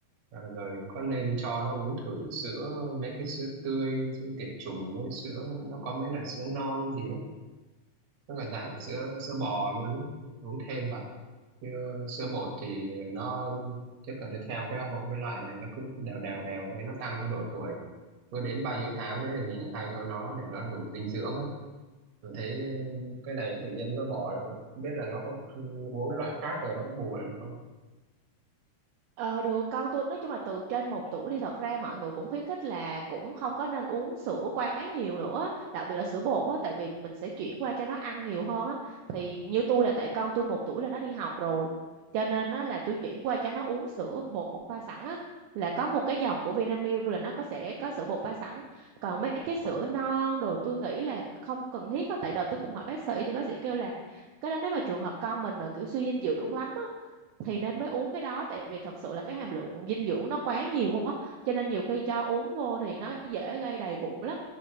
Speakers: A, on the right; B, on the right.
A: ờ, rồi có nên cho nó uống thử sữa mấy cái sữa tươi sữa tiệt trùng mấy sữa nó có mấy loại sữa non gì đó nó là dạng sữa sữa bò luôn đấy uống thêm vào chứ sữa bột thì nó chắc là nó theo cái hộ- cái loại này nó cứ đều đều đều thế nó tăng theo độ tuổi cứ đến bao nhiêu tháng đấy thì mình lại thay cho nó để nó đủ dinh dưỡng ấy mình thấy cái này tự nhiên nó bỏ rồi không biết là nó có uống cái loại khác thì nó có bù lại được không
B: Ờ được con tôi nói chung là từ trên một tuổi thì thật ra mọi người cũng khuyến khích là cũng không có nên uống sữa quá nhiều nữa đặc biệt là sữa bột á tại vì mình sẽ chuyển qua cho nó ăn nhiều hơn á thì như tôi là tại con tôi một tuổi là nó đi học rồi cho nên nó là tôi chuyển qua cho nó uống sữa bột pha sẵn á là có một cái dòng của Vinamilk là nó có sẽ có sữa bột pha sẵn còn mấy cái sữa non đồ tôi nghĩ là không cần thiết á tại đợt tôi cũng hỏi bác sĩ thì bác sĩ kêu là cái đó nếu mà trường hợp con mình mà kiểu suy dinh dưỡng lắm thì nên mới uống cái đó tại vì thật sự là cái hàm lượng dinh dưỡng nó quá nhiều quá cho nên nhiều khi cho uống vô thì nó dễ gây đầy bụng lắm